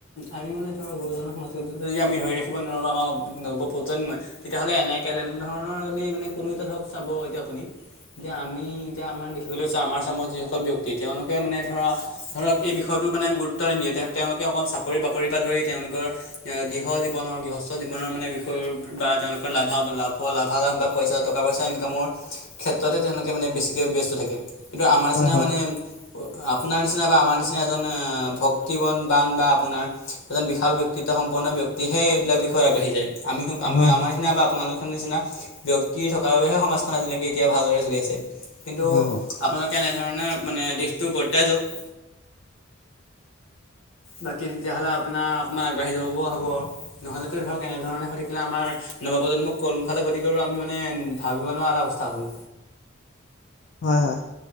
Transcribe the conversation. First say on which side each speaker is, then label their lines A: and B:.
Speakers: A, on the left (about 85°); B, on the left (about 55°).
A: আমি মানে ধৰক গুৰুজনা সংস্কৃতি যদি আমি ধৰি ৰাখিব নোৱাৰোঁ আমাৰ নৱ প্ৰজন্মই তেতিয়াহ'লে এনেকে তেনে ধৰণৰ যদি মানে কোনো এটা ধৰক চাব এতিয়া আপুনি এতিয়া আমি এতিয়া আমাৰ দেখিবলৈ চাওঁ, আমাৰ চামৰ যিসকল ব্যক্তি তেওঁলোকে মানে ধৰা ধৰক এই বিষয়ত টো মানে গুৰুত্ব নিদিয়ে তেওঁ তেওঁলোকে অকল চাকৰি -বাকৰিৰ পৰা ধৰি তেওঁলোকৰ গৃহ জীৱনৰ গৃহস্থ জীৱনৰ মানে বিষয় সুখ বা তেওঁলোকৰ লাভা লাভ লাভালাভ বা পইচা টকা- পইচা ইনকামৰ ক্ষেত্ৰত তে তেওঁলোকে মানে বেছিকৈ ব্যস্ত থাকে, কিন্তু আমাৰ নিচিনা
B: হয় হয়
A: মানে আপোনাৰ নিচিনা বা আমাৰ নিচিনা এজন ভক্তিবন বান বা আপোনাৰ এজন বিশাল ব্যক্তিত্ব সম্পন্ন ব্যক্তিহে এইবিলাক বিষয়ে আগবাঢ়ি যায়। আমি হক আমি
B: হয়
A: আমাৰ নিচিনা বা আপোনাৰ নিচিনা ব্যক্তি থকাৰ বাবেহে সমাজখন আজিলৈকে এতিয়া ভালদৰে চলি আছে, কিন্তু
B: হয় হয়।
A: আপোনালোকে এনেধৰণে মানে দিশটো বৰ্তাই যাওঁক। বাকী তেতিয়াহ'লে আপোনাৰ অকণমান আগবাঢ়ি যাব পৰা হ'ব আৰু নহ'লেতো ধৰক এনেধৰণে হৈ থাকিলে আমাৰ নৱপ্ৰজন্মক কোনফালে গতি কৰিব আমি মানে ভাবিব নোৱাৰা এটা অৱস্থা হ'ব।
B: হয়, হয়।